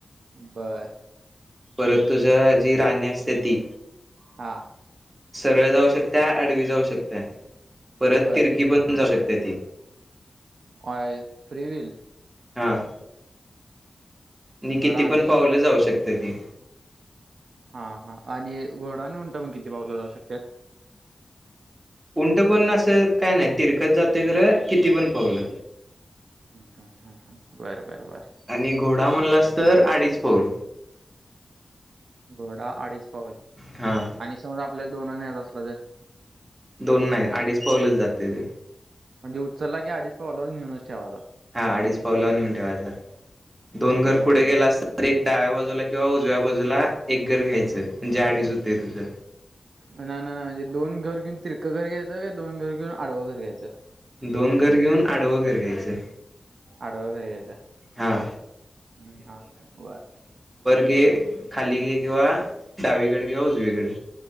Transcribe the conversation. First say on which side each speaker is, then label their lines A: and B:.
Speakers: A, on the right (about 80°); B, on the right (about 25°).
A: बर.
B: परत तुझ्या जी राणी असत्या ती.
A: हा.
B: सरळ जाऊ शकत्या आडवी जाऊ शकत्या. परत
A: बर
B: तिरकी पण जाऊ शक तेती.
A: अय फ्री विल.
B: हा. आणि किती
A: राणीला
B: पण पावलं जाऊ शकत्या ती.
A: हा हा, आणि घोडा आणि उंट मग किती पावलं जाऊ शकत्यात.
B: उंट पण असं काय नाही तिरकत जातोय खरं किती पण पावलं.
A: ह ह् ह बर बर बर.
B: आणि घोडा म्हणलास तर अडीच पाऊल.
A: घोडा अडीच पाऊल
B: हा
A: आणि समजा आपल्याला दोन य बदर.
B: दोन नाही अडीच पावलेच जाते ते.
A: म्हणजे उचलला की अडीच पाव लावरून नेऊनच ठेवायचा.
B: हा अडीच पाव लाव नऊून ठेवायचा. दोन घर
A: बर
B: पुढे
A: म्हणजे
B: गेला अस एक डाव्या बाजूला किंवा उजव्या बाजूला एक घर घ्यायचं म्हणजे आडीच होते तुझं.
A: ना ना ना म्हणजे दोन घर घेऊन तिरकं घर घ्यायचं का दोन घर घेऊन आडवं घर घ्यायचं.
B: दोन घर घेऊन आडवं घर घ्यायचं.
A: आडवा घैरे यायचं
B: हा
A: हम् हा ब
B: गे खाली गे किंवा डावीकडे किंवा उजवीकडे